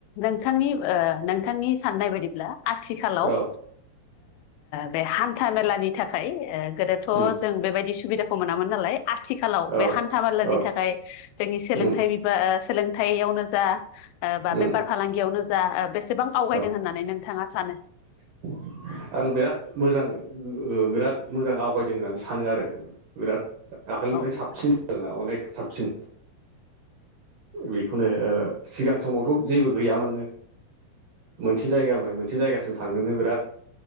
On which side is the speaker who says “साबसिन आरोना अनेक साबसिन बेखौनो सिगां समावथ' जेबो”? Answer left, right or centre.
Right